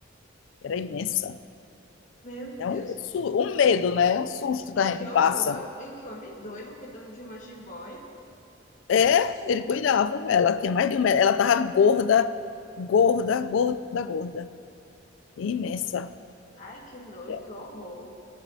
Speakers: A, on the left (about 75°); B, on the left (about 40°).
A: que era imensa.
B: Meu Deus.
A: É um, su- um medo, né? Um susto
B: E
A: que a
B: que
A: gente
B: horror,
A: passa.
B: e que homem doido cuidando de uma jiboia.
A: É, ele cuidava. Ela tinha mais de um metro. Ela tava gorda, gorda, gorda, gorda. Imensa.
B: Ai, que nojo,
A: É,
B: que horror.